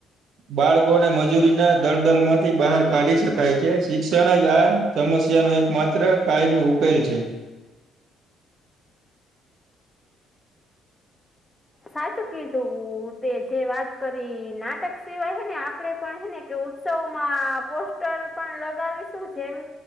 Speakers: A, on the right; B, on the left.
A: બાળકો ને મજૂરી ના દળદલ માંથી બહાર કાઢી શકાય છે. શિક્ષણ જ આ સમસ્યા નો એક માત્ર કાયમી ઉકેલ છે.
B: સાચું કહું. જે વાત કરી, નાટક સિવાય હે ને આપે પણ, હેને કે ઉત્સવમાં પોસ્ટ રહે, પણ લગાવીશું. જેમ